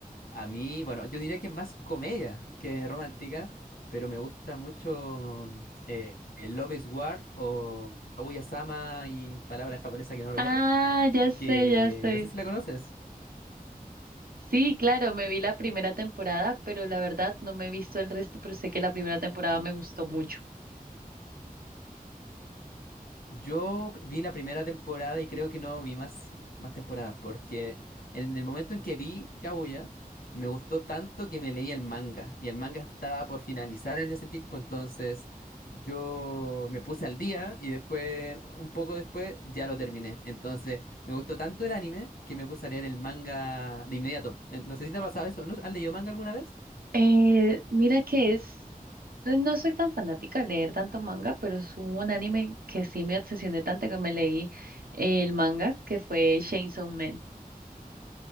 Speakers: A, on the left (about 85°); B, on the right (about 75°).
A: a mí, bueno, yo diría que más comedia que romántica, pero me gusta mucho eh, Love is War o Kaguya-sama y palabra japonesa que no recuerdo,
B: Ah, ya sé,
A: que
B: ya sé.
A: no sé si la conoces.
B: Sí, claro, me vi la primera temporada, pero la verdad no me he visto el resto, pero sé que la primera temporada me gustó mucho.
A: Yo vi la primera temporada y creo que no vi más, más temporadas, porque en el momento en que vi Kaguya, me gustó tanto que me leí el manga, y el manga estaba por finalizar en ese tiempo, entonces yo me puse al día y después, un poco después, ya lo terminé. Entonces me gustó tanto el anime que me puse a leer el manga de inmediato. Eh, No sé si te ha pasado eso, ¿no? ¿Has leído manga alguna vez?
B: Eh, mira que es, no no soy tan fanática de leer tanto manga, pero es un anime que sí me obsesioné tanto que me leí el manga, que fue Chainsaw Man.